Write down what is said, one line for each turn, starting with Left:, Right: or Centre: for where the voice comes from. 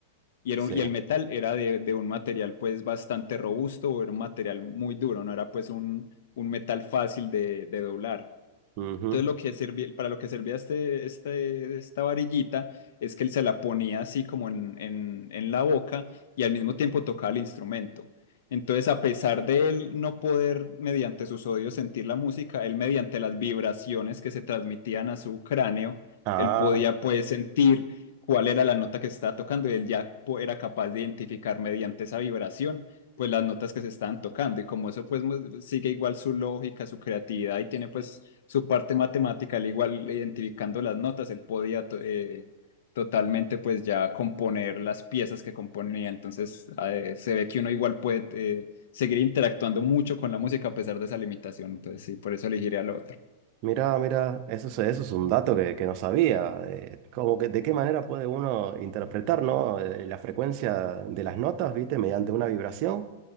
Left: Y, era
Right: Sí.
Left: un- y el metal era de, de un material pues bastante robusto, era un material muy duro, no era pues un, un metal fácil de, de doblar.
Right: Ujú.
Left: Entonces, lo que servía, para lo que servía este, este, esta varillita es que él se la ponía así como en, en, en la boca y al mismo tiempo tocaba el instrumento. Entonces, a pesar de él no poder mediante sus oídos sentir la música, él mediante las vibraciones que se transmitían a su cráneo,
Right: Ah.
Left: él podía pues sentir cuál era la nota que estaba tocando y él ya po- era capaz de identificar mediante esa vibración pues las notas que se estaban tocando y como eso pues mu- sigue igual su lógica, su creatividad y tiene pues su parte matemática, al igual identificando las notas, él podía to- eh, totalmente pues ya componer las piezas que componía. Entonces eh, se ve que uno igual puede eh, seguir interactuando mucho con la música a pesar de esa limitación. Entonces sí, por eso elegiré al otro.
Right: Mira, mira, eso, es- eso es un dato que, que no sabía. eh, como que de qué manera puede uno interpretar, ¿no? eh, la frecuencia de las notas, ¿viste? Mediante una vibración.